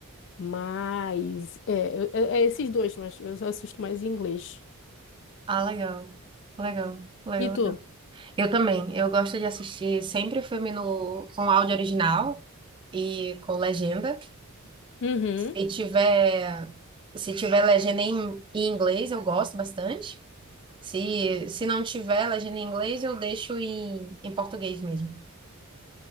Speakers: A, on the left (about 55°); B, on the right (about 20°).
A: mas... É, eu- é, é esses dois, mas eu só assisto mais em inglês.
B: Ah, legal. Legal, legal,
A: E
B: legal.
A: tu?
B: Eu também. Eu gosto de assistir sempre filme no, com áudio original e com legenda.
A: Uhum.
B: E tiver, se tiver legenda em, em inglês, eu gosto bastante. Se, se não tiver legenda em inglês, eu deixo em, em português mesmo.